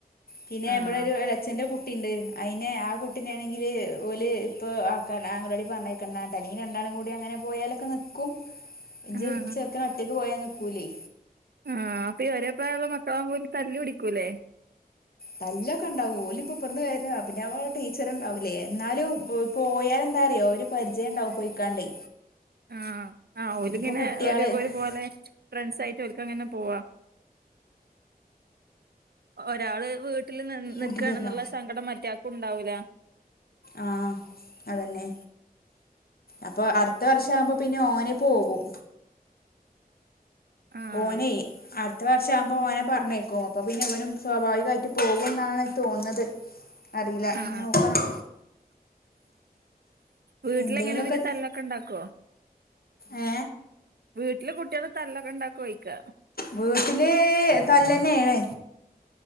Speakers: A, on the left; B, on the right.
A: പിന്നെ
B: ആഹ്
A: ഇവിടെ ഒരു അച്ന്റെ കുട്ടി കുട്ടിയണ്ട് അയിെ ആ കുട്ടിനൊണെങ്കില് ഓല് ഇപ്പ ആ അംഗവാടി പറഞ്ഞക്ക അല്ലെങ്കിൽ രണ്ടാ കൂടി അങ്ങനെ പോയാലൊക്കെ നക്കും ഇഞ്ച്
B: ആഹ്
A: ചെർക്കൻ വട്ടിക്ക് പോയാ നക്കൂല്ലേ
B: ആഹ് അപ്പൊ ഒരെ പ്രായ മക്കളാകൻ പോലും തല്ലല് പിടിക്കൂല്ലേ
A: തല്ലൊക്കെ ഉണ്ടാവൂ ല ഇപ്പ ഇപ്പടന്ന് കയ പിന്നെ അവ ടീച്ചർണ്ടാവൂലേ എന്നാലും പോയാല എന്താറിയോ ഒരു പരിചയംണ്ടാവും പോയിക്കാണ്ടേ
B: ആ ആഹ് ഒരിങ്ങനെ
A: ഇതിപ്പോൾ കുട്ടിയാള്
B: ഒരു ഒരുപോലെ ഫ്രണ്ട്സയിട്ട് ഓക്ക് അങ്ങനെ പോവാ ഒരാള് വീട്ടില് നി നിക്കണെന്നുള്ള
A: ഊട്ടി തരണോ
B: സങ്കടം മറ്റയാൾക്കും ഉണ്ടാവൂല
A: ആ അതന്നെ അപ്പൊ അടുത്ത വർഷം ആവുമ്പോ പിന്നെ ഓനെ പോകും
B: ആഹ്
A: ഓനെ അടുത്ത വർഷ ആകുമ്പോ ഓനെ പറഞ്ഞേക്കും അപ്പോൾ പിന്നെ ഇവരും സ്വാഭാവികമായിട്ട് പോകുമെന്നാണ് തോന്നത് അറിയില്ല
B: ആഹ്
A: ഇനി നോക്കണം
B: വീട്ടില്
A: എന്തെങ്കിലുമൊക്കെ
B: എങ്ങനെ ഒരു തല്ലൊക്കെ ഉണ്ടാക്കുവോ
A: ഏ
B: വീട്ടില് കുട്ടികള് തല്ലൊക്കെ ഉണ്ടാക്കൊ കോഴിക്കാ
A: വീട്ടില് തല്ലന്നെ ആണേ